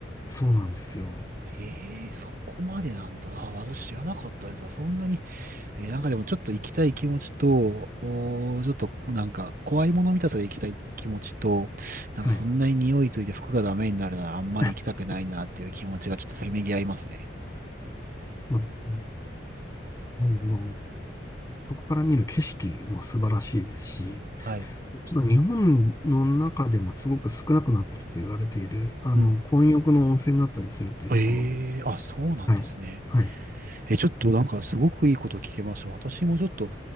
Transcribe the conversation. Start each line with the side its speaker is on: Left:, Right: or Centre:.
Left: そうなんですよ。
Right: ええそこまでなんだ。あ私知らなかったです。あそんなにえーなんかでもちょっと行きたい気持ちと、おーちょっとなんか怖いもの見たさで行きたい気持ちと、なんかそんなに匂いついて服がダメになるならあんまり行きたくないなっていう気持ちがちょっとせめぎ合いますね。
Left: はい。<laughs> そうですねあのそこから見る景色も素晴らしいですし、
Right: はい。
Left: ちょっと日本の中でもすごく少なくなってると言われている、あの、
Right: うん。
Left: 混浴の温泉だったりするっていうところも、
Right: ええあ、そうなんですね。
Left: はい、はい、
Right: え、ちょっとなんかすごくいいこと聞けました。私もちょっと、